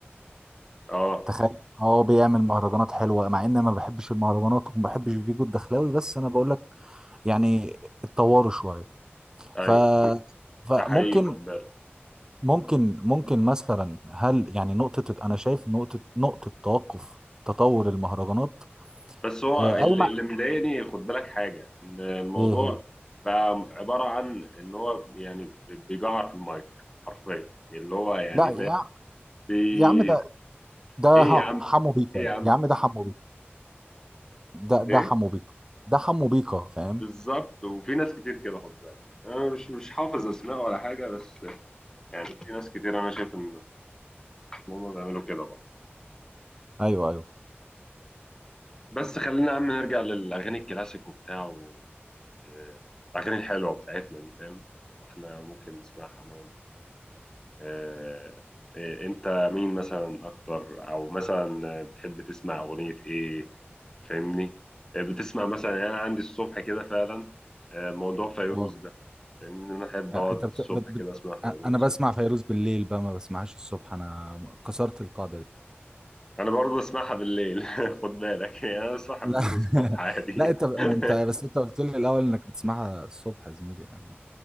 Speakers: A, on the left; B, on the right.
A: اه
B: تخيل اه بيعمل مهرجانات حلوه مع ان ما بحبش المهرجانات وما بحبش فيجو الدخلاوي بس انا بقول لك يعني اتطوروا شويه
A: ايوه
B: ف فممكن
A: ده حقيقي خد بالك
B: ممكن ممكن مثلا هل يعني نقطة أنا شايف نقطة نقطة توقف تطور المهرجانات
A: بس هو
B: آه،
A: اللي
B: قايمة
A: اللي مضايقني خد بالك حاجه ان الموضوع
B: إيه هي؟
A: بقى عباره عن ان هو يعني بيجعر في المايك حرفيا اللي هو يعني
B: لا يا
A: فاهم بي...
B: يا عم ده ده
A: ايه
B: ه-
A: يا عم
B: حمو بيكا
A: ايه
B: ده.
A: يا عم
B: يا عم ده حمو بيكا ده
A: ايه
B: ده حمو بيكا ده حمو بيكا فاهم؟
A: بالظبط وفي ناس كتير كده خد بالك انا مش مش حافظ اسماء ولا حاجه بس يعني في ناس كتير انا شايف ان إن هم بيعملوا كده بقى
B: أيوه أيوه
A: بس خلينا يا عم نرجع للاغاني الكلاسيك وبتاع و... آه، الاغاني الحلوه بتاعتنا دي فاهم احنا ممكن نسمعها انا آه، آه، انت مين مثلا اكتر او مثلا بتحب تسمع اغنية ايه فاهمني آه، بتسمع مثلا يعني انا عندي الصبح كده فعلا آه، موضوع فيروز
B: أه
A: ده فاهمني انا احب
B: آه،
A: اقعد
B: أنت
A: الصبح
B: بت... بت... بت...
A: كده اسمع فيروز
B: آه، أنا بسمع فيروز بالليل بقى ما بسمعهاش الصبح أنا كسرت القاعدة دي
A: انا برضه بسمعها بالليل <laughs> خد بالك يعني انا بسمعها
B: لا
A: بالليل
B: <laughs>
A: والصبح عادي
B: لا انت انت
A: <laughs>
B: بس انت قلت لي الاول انك بتسمعها الصبح يا زميلي يعني